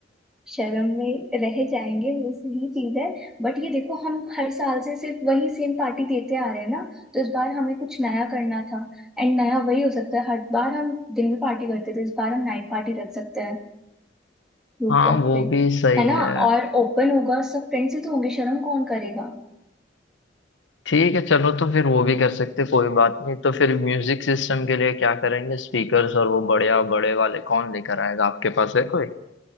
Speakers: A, in the centre; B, on the left.
A: शर्म में रह जाएंगे वो सही चीज है बट ये देखो हम हर साल से सिर्फ वही सेम पार्टी देते आ रहे हैं ना तो इस बार हमें कुछ नया करना था एंड नया वही हो सकता है हर बार हम दिन में पार्टी करते थे इस बार हम नाइट पार्टी रख सकते हैं रूफटॉप
B: हाँ वो
A: पे
B: भी सही
A: है ना
B: है
A: और ओपन होगा सब फ्रेंड्स ही तो होंगे शर्म कौन करेगा
B: ठीक है चलो तो फिर वो भी कर सकते कोई बात नहीं तो फिर म्यूजिक सिस्टम के लिए क्या करेंगे स्पीकर्स और वो बढ़िया बड़े वाले कौन लेकर आएगा आपके पास है कोई